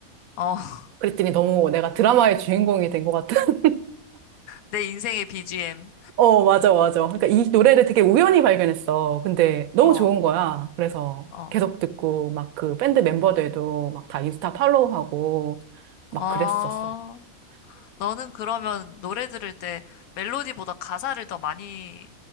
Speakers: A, on the left; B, on the right.
A: 어. <laughs>
B: 그랬더니 너무 내가 드라마의 주인공이 된 것 같은. <laughs>
A: 내 인생의 BGM.
B: 어, 맞아, 맞아. 그러니까 이 노래를 되게 우연히 발견했어. 근데 너무
A: 어,
B: 좋은 거야. 그래서
A: 어,
B: 계속 듣고 막 그 밴드 멤버들도
A: 음,
B: 막 다 인스타 팔로우하고 막
A: 어.
B: 그랬었어.
A: 너는 그러면 노래 들을 때 멜로디보다 가사를 더 많이